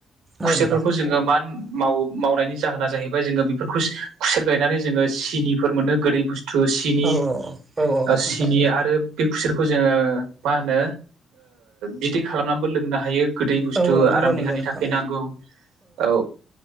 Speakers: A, on the right; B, on the right.
A: खुसेरफोरखौ
B: औ नोंथां
A: जोङो मा माव मावनायनि जाहोना जाहैबाय जोङो बेफोरखौ खुसेर गायनानै जोङो सिनिफोर मोनो गोदै बुस्थु थु सिनि
B: औ औ औ नोंथां
A: सिनि आरो। बे खुसेरखौ जोङो मा होनो बिदै खालामनानैबो लोंनो हायो। गोदै बुस्थु
B: औ औ नंगौ
A: आराम देहानि
B: नंगौ नोंथां
A: थाखाय नांगौ औ।